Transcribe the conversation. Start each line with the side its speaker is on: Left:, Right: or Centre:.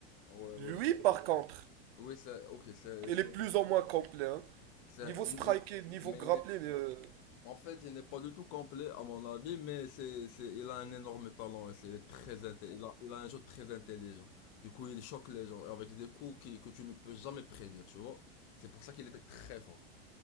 Left: ouais, ouais,
Right: Lui
Left: je
Right: par
Left: connais.
Right: contre,
Left: Oui, c'est, ok, c'est,
Right: il
Left: c'est,
Right: est plus ou moins complet. hein.
Left: c'est-
Right: Niveau
Left: il-
Right: striking,
Left: il-
Right: niveau
Left: mais
Right: grappling,
Left: il est
Right: euh,
Left: En fait, il n'est pas du tout complet à mon avis, mais c'est, c'est, il a un énorme talent et c'est- il est très intelligent. Il a, il a un jeu très intelligent. Du coup, il choque les gens avec des coups qui, que tu ne peux jamais prédire, tu vois. C'est pour ça qu'il était très fort.